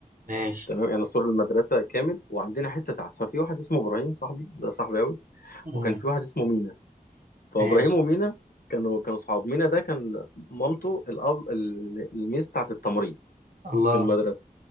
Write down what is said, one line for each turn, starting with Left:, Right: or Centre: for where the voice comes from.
Right: ماشي
Left: تمام يعني سور المدرسه كامل وعندنا حته تحت ففي واحد اسمه ابراهيم صاحبي ده صاحبي قوي
Right: مم.
Left: وكان في واحد اسمه مينا فابراهيم
Right: ماشي
Left: ومينا كانوا كانوا صحاب مينا ده كان مامته الاب ال- الميس بتاعت التمريض
Right: الله
Left: في المدرسه